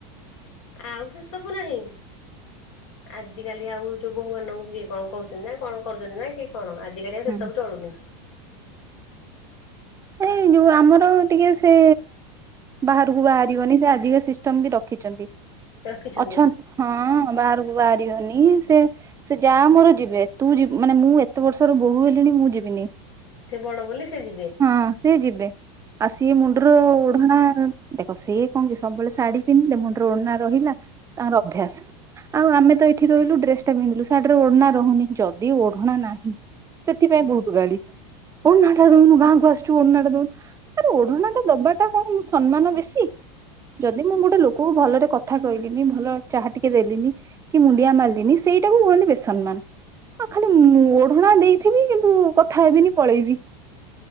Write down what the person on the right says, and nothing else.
ହୁଁ।
ଏଇଁ ନୀ ଯଉ ଆମର ଟିକେ ସେ ବାହାରକୁ ବାହାରିବନି। ସେ ଆଜିକା ସିଷ୍ଟମ ବି ରଖିଛନ୍ତି।
ଅଛନ୍ତ ହଁ ବାହାରୁ ବାହାରିବନି। ସେ ସେ ଯାଆ ମୋର ଯିବେ, ତୁ ଯିବୁ ମାନେ ମୁଁ, ଏତେ ବର୍ଷର ବୋହୂ ହେଲିଣି ମୁଁ ଯିବ ବିନି।
ହଁ ସିଏ ଯିବେ। ଆଉ ସିଏ ମୁଣ୍ଡର ଓଢଣା ଦେଖ! ସିଏ କଣ କି ସବୁବେଳେ ଶାଢୀ ପିନ୍ଧିଲେ, ମୁଣ୍ଡର ଓଢଣା ରହିଲା। ହେଲା ତାର ଅଭ୍ୟାସ। ଆଉ ଆମେ ତ ଏଇଠି ରହିଲୁ ଡ୍ରେସ ଟା ପିନ୍ଧିଲୁ ଶାଢର ଓଢଣା ରହୁନି। ଯଦି ଓ ଓଢଣା ନାହିଁ। ସେଥିପାଇଁ ବହୁତ ଗାଳି ଓଢଣା ଦଉନୁ ଗାଁକୁ ବସଛୁ ଓଢଣା ଟା ଦଉନୁ! ଆରେ ଓଢଣା ଟା ଦବାଟା କଣ ସନ୍ମାନ ବେଶୀ? ଯଦି ମୁଁ ଗୋଟେ ଲୋକକୁ ଭଲରେ କଥା କହିଲିନି, ଭଲ ଚାହା ଟିକେ ଦେଲିନି, କି ମୁଣ୍ଡିଆ ମାରିଲିନି ସେ ଏଇଟାକୁ କୁହନ୍ତି ବେସନ୍ମାନ। ଆଉ ଖାଲି ମୁଁ ଓଢଣା ଦେଇଥିବି, କିନ୍ତୁ କଥା ହେବିନି ପଳେଇବି।